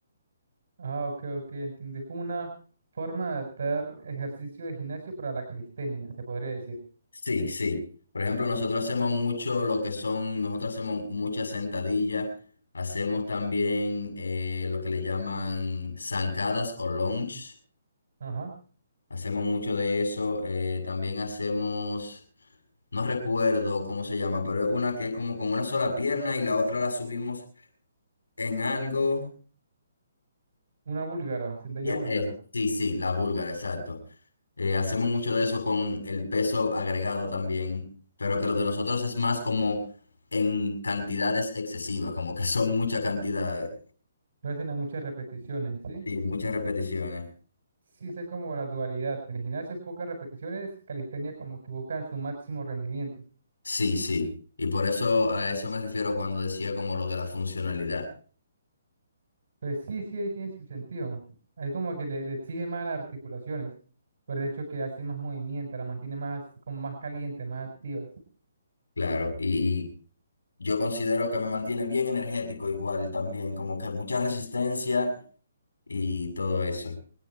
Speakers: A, on the right; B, on the left.
A: Ah, ok, ok, entiendo. Es como una forma de adaptar ejercicio de gimnasio para la calistenia, se podría decir.
B: Sí, sí. Por ejemplo, nosotros hacemos mucho lo que son, nosotros hacemos muchas sentadillas, hacemos también eh, lo que le llaman zancadas o lunge,
A: Ajá.
B: hacemos mucho de eso, eh, también hacemos, no recuerdo cómo se llama, pero es una que es como con una sola pierna y la otra la subimos en algo.
A: Una búlgara, sentadilla
B: Ya,
A: búlgara.
B: eh, sí, sí, la búlgara, exacto. Eh, hacemos mucho de eso con el peso agregado también, pero que lo de nosotros es más como en cantidades excesivas, como que son muchas cantidades,
A: No hacen a muchas repeticiones, ¿sí?
B: sí, muchas repeticiones.
A: Sí sé como la dualidad. En el gimnasio pocas repeticiones, calistenia como que buscan su máximo rendimiento.
B: Sí, sí. Y por eso a eso me refiero cuando decía como lo de la funcionalidad.
A: Pues sí, sí, ahí tiene su sentido. Ahí como que le, le exige más las articulaciones, por el hecho que hace más movimiento, la mantiene más, como más caliente, más activas.
B: Claro, y yo considero que me mantiene bien energético igual también, como que mucha resistencia y todo eso.